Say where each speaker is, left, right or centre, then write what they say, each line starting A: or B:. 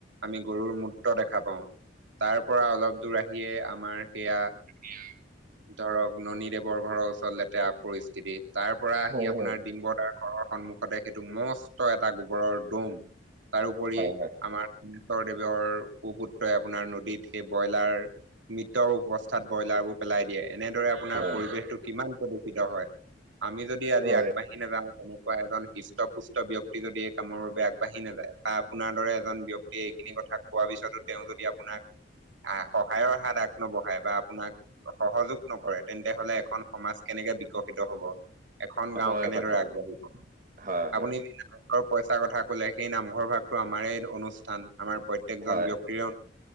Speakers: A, on the right; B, on the right.
A: আমি গৰুৰ মুঠ দেখা পাওঁ, তাৰ পৰা অলপ দূৰ আহিয়ে আমাৰ সেয়া
B: এয়া
A: ধৰক ননী দেৱৰ ঘৰৰ ওচৰত লেতেৰা পৰিস্থিতি, তাৰ পৰা আহি
B: হয়
A: আপোনাৰ
B: হয়
A: ডিম্বদাৰ ঘৰৰ সন্মুখতে সেইটো মস্ত এটা গোবৰৰ দোম, তাৰোপৰি
B: হয়
A: আমাৰ গেশ্বৰদেৱৰ সুপুত্ৰই আপোনাৰ নদীত সেই ব্ৰইলাৰ মিটৰ অৱস্থাত ব্ৰইলাৰ বোৰ পেলাই দিয়ে এনেদৰে আপোনাৰ
B: হয়
A: পৰিৱেশটো কিমান প্ৰদূষিত হয়, আমি যদি আজি
B: হয়
A: আগবাঢ়ি নাযাওঁ, তেনেকুৱা এজন হিষ্টপুষ্ট ব্যক্তি যদি এই কামৰ বাবে আগ বাঢ়ি নাযায় ত আপোনাৰ দৰে এজন ব্যাক্তিয়ে এইখিনি কথা কোৱাৰ পিছতো তেওঁ যদি আপোনাক সহায়ৰ হাত আগনবঢ়ায় বা আপোনাক সহযোগ নকৰে তেন্তে হলে এখন সমাজ কেনেকে বিকশিত হ'ব। এখন গাওঁ
B: হয়
A: কেনেদৰে
B: কথাটো
A: আগবাঢ়িব,
B: হয়
A: আপুনি
B: হয়
A: ৰ পইচাৰ কথা কলে, সেই নামঘৰ ভাগতটো আমাৰ অনুষ্ঠান, আমাৰ প্ৰত্যেকজন
B: হয়
A: ব্যাক্তিৰে